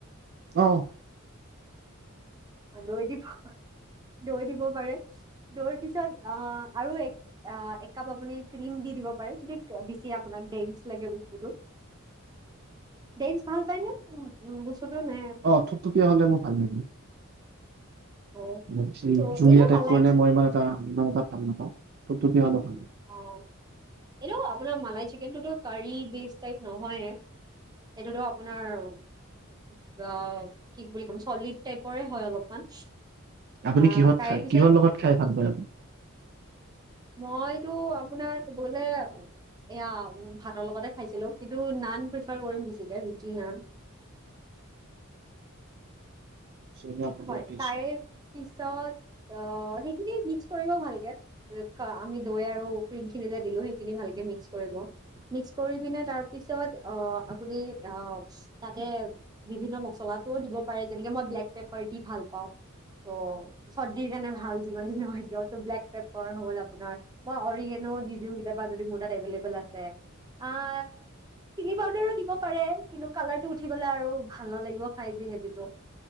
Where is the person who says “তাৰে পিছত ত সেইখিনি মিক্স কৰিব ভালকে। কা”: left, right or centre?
Right